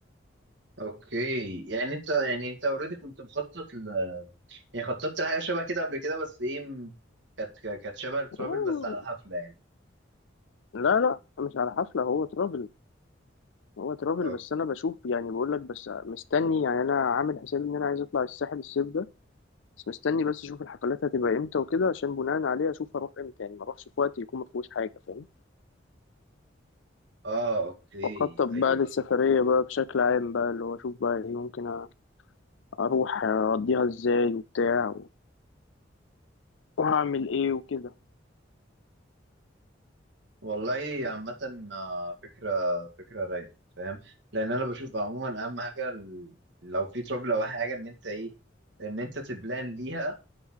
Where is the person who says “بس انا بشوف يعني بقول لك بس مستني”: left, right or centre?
Left